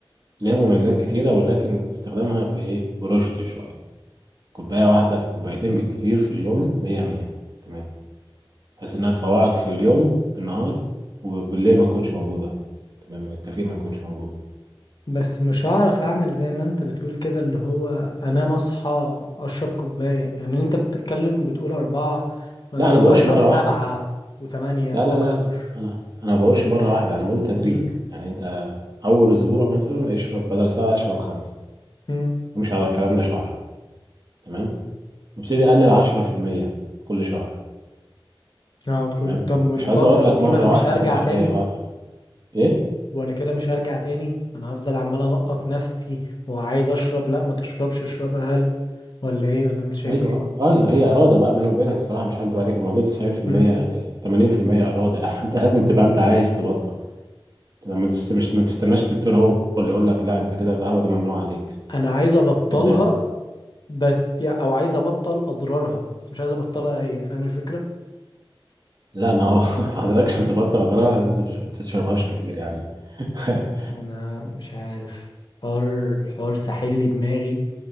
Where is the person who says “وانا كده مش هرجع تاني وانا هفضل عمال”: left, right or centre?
Left